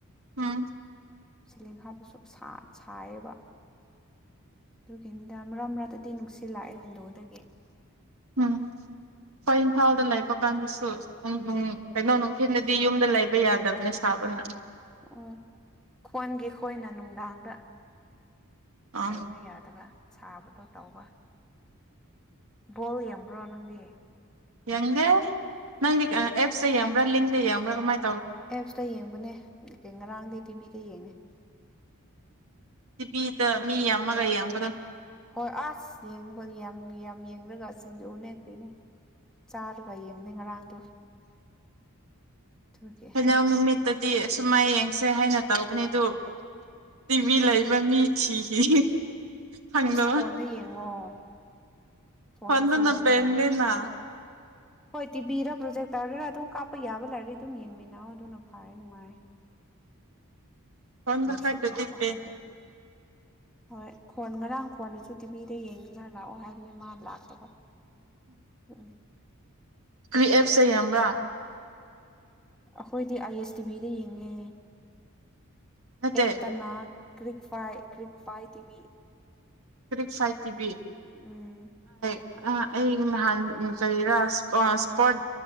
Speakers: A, on the right (about 70°); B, in the centre.
A: ꯎꯝ
B: ꯁꯤꯂꯤ ꯍꯥꯕꯁꯨ ꯁꯥꯏꯌꯦꯕ ꯑꯗꯨꯒꯤꯗ ꯃꯔꯛ ꯃꯔꯥꯗꯗꯤ ꯅꯨꯡꯁꯤꯜꯂꯥꯛꯑꯦ ꯋꯤꯟꯗꯣꯗꯒꯤ
A: ꯎꯝ ꯍꯣꯏ ꯏꯝꯐꯥꯜꯗ ꯂꯩꯕ ꯀꯥꯟꯗꯁꯨ ꯀꯩꯅꯣ ꯅꯨꯡꯊꯤꯜꯗꯗꯤ ꯌꯨꯝꯗ ꯂꯩꯕ ꯌꯥꯗꯕꯅꯦ ꯁꯥꯕꯅ
B: ꯎꯝ ꯈꯣꯟꯒꯤ ꯈꯣꯏꯅ ꯅꯨꯡꯗꯥꯡꯗ
A: ꯑꯥ
B: ꯂꯩꯕ ꯌꯥꯗꯕ ꯁꯥꯕꯗꯣ ꯇꯧꯕ ꯕꯣꯜ ꯌꯦꯡꯕ꯭ꯔꯣ ꯅꯪꯗꯤ
A: ꯌꯦꯡꯗꯦ ꯅꯪꯒꯤ ꯑꯦꯞꯁ ꯌꯦꯡꯕ꯭ꯔꯥ ꯂꯤꯡꯗ ꯌꯦꯡꯕ꯭ꯔꯥ ꯀꯃꯥꯏ
B: ꯑꯦꯞꯁꯇ ꯌꯦꯡꯕꯅꯦ ꯉꯔꯥꯡꯗ ꯇꯤꯕꯤ ꯐꯔꯤꯌꯦꯅꯦ
A: ꯁꯤ ꯐ ꯃꯤ ꯌꯥꯝ ꯃꯃꯒꯥꯏꯌꯦꯡ
B: ꯍꯣꯏ ꯑꯁ ꯌꯦꯡꯕ ꯌꯥꯝ ꯌꯥꯝ ꯌꯦꯡꯨꯔꯒ ꯑꯁ ꯁꯤꯡꯖꯨ ꯎ ꯅꯦꯛꯛꯇꯨꯅꯦ ꯆꯥꯔꯒ ꯌꯦꯡꯅꯦ ꯉꯔꯥꯡꯗꯣ ꯑꯗꯨꯒꯤ
A: ꯀꯩꯅ ꯇꯗꯤ ꯑ ꯁꯨꯝꯃꯥꯏ ꯌꯦꯡꯁꯦ ꯍꯥꯏꯅ ꯇꯧꯕꯅꯤ ꯑꯗꯨ ꯇꯤꯚꯤ ꯂꯩꯕ ꯃꯤ ꯊꯤꯈꯤ ꯍꯒ
B: ꯑꯁ ꯐꯣꯟꯗ ꯌꯦꯡꯉꯣ ꯐꯣꯟꯗꯁꯨ
A: ꯍꯗ ꯅꯕ
B: ꯌꯦꯡꯕ
A: ꯑꯦꯗꯦꯅ
B: ꯌꯥꯏ ꯍꯣꯏ ꯇꯤꯕꯤꯔꯥ ꯄ꯭ꯔꯣꯖꯦꯛ ꯇꯥꯔꯒꯔ ꯑꯗꯨꯝ ꯀꯥꯞꯄ ꯌꯥꯕ ꯂꯩꯔꯗꯤ ꯑꯗꯨꯝ ꯌꯦꯡꯃꯤꯟꯅ ꯅꯥꯎ ꯑꯗꯨꯅ ꯐꯔ ꯅꯨꯡꯉꯥꯏ
A: ꯍꯗ
B: ꯅꯨꯡꯁꯤꯠ
A: ꯈꯗꯗꯤꯕꯦ
B: ꯂꯥꯛꯄ ꯍꯧꯔꯦ ꯍꯣꯏ ꯈꯣꯟ ꯉꯔꯥꯡ ꯈꯣꯟꯗꯨꯁꯨ ꯇꯤꯚꯤꯗ ꯌꯦꯡꯅꯤꯅ ꯂꯥꯛꯑꯣ ꯍꯥꯏ ꯃꯥ ꯂꯥꯛꯇꯕ ꯎꯝ
A: ꯀ꯭ꯔꯤ ꯑꯦꯞꯁ ꯌꯥꯝꯕ꯭ꯔꯥ
B: ꯑꯩꯈꯣꯏꯗꯤ ꯑꯥꯏ ꯑꯦꯁ ꯇꯤ ꯚꯤꯗ ꯌꯦꯡꯉꯦ
A: ꯅꯠꯇꯦ
B: ꯏꯕꯇꯅꯥ ꯀ꯭ꯔꯤꯛ ꯐꯥꯏ ꯀ꯭ꯔꯤꯛ ꯐꯥꯏ ꯇꯤꯚꯤ
A: ꯔꯤꯛꯁꯥꯏꯇꯕꯤ
B: ꯎꯝ
A: ꯑꯩ ꯅꯍꯥꯟ ꯀꯔꯤꯔꯥ ꯏꯁꯄꯠ